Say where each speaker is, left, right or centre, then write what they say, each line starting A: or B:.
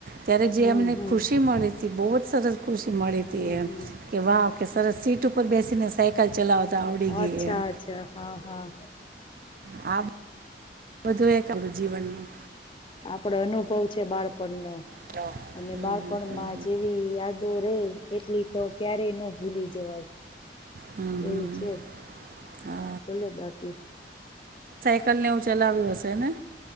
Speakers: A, on the right (about 50°); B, on the left (about 30°).
A: ત્યારે જે
B: હમ
A: એમને ખુશી
B: હમ
A: મળી હતી બહુ જ સરસ ખુશી મળી
B: હમ
A: હતી એમ,
B: હમ
A: કે વાહ કે સરસ સીટ ઉપર બેસીને સાયકલ ચલાવતા આવડી ગઈ
B: અચ્છા
A: એમ
B: અચ્છા હા હા
A: હ હ. આ વધું એક આપણું જીવનનું.
B: આપડો અનુભવ છે બાળપણ નો.
A: હમ હમ
B: અને
A: હમ
B: બાળપણમાં
A: હમ હમ
B: જેવી યાદો રે. એટલી તો ક્યારેય ન ભૂલી જવાય.
A: હમ
B: એવું
A: હમ
B: છે,
A: હા
B: બોલો બાકી.
A: સાઈકલને એવું ચલાવ્યું હશે ને?